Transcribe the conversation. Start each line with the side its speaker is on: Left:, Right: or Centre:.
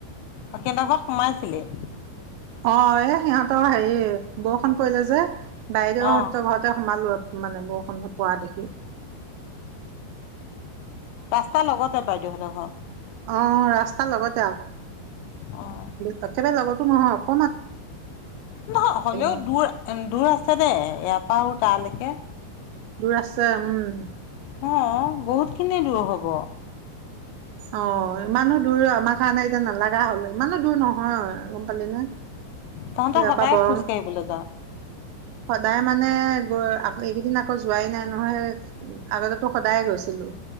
Left: সেইড ঘৰত সোমাইছিলেই
Right: অ এ সিহঁতৰ হেৰি বৰষুণ পৰিলে যে বাইদেউহঁতৰ
Left: অ
Right: ঘৰতে সোমালোৱঁ মানে বৰষুণত পোৱা দেখি
Left: ৰাস্তা লগতে বাইদেউহঁতৰ ঘৰ
Right: অহ ৰাস্তাৰ লগতে আক
Left: অ
Right: তাকে ম লগত শুন
Left: নহয় হ'লেও
Right: আৰু
Left: দূৰ দূৰ আছে দেই ইয়াৰ পৰাা তালৈকে,
Right: দূৰ আছে উম,
Left: অ, বহুত খিনিয়ে দূৰ হব। হব।
Right: অ, ইমানো দূৰ আমাৰ কাৰণে এতিয়া নালাগা হ'ল ইমানো দূৰ নহয় গম পালি নে?
Left: তহঁতে
Right: ইয়াৰ
Left: সদায়
Right: পৰা বৰং
Left: খোজকাঢ়িবলৈ যাওঁ?
Right: সদায় মানে এইকেইদিন আকৌ যোৱাই নাই নহয় আগতেতো সদায় গৈছিলো।